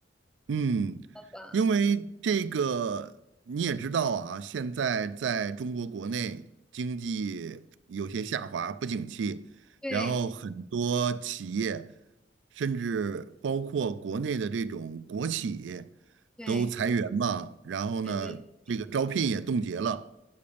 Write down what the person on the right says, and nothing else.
嗯，
因为这个你也知道啊，现在在中国国内经济有些下滑，不景气，
然后很多企业，甚至包括国内的这种国企
都裁员嘛，然后呢，
这个招聘也冻结了。